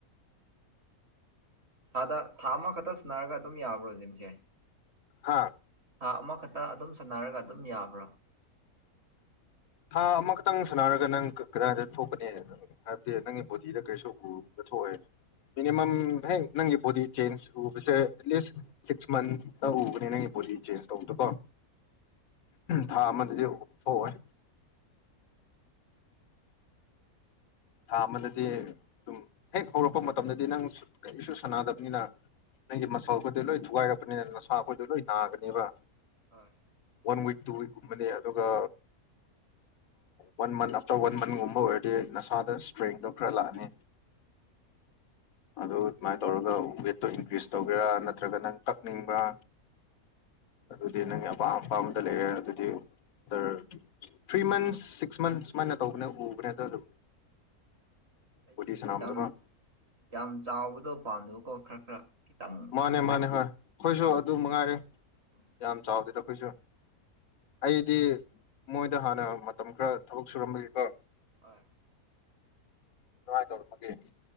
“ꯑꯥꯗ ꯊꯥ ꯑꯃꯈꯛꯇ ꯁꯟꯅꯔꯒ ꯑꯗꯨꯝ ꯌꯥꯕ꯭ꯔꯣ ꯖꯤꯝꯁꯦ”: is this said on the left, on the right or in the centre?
Right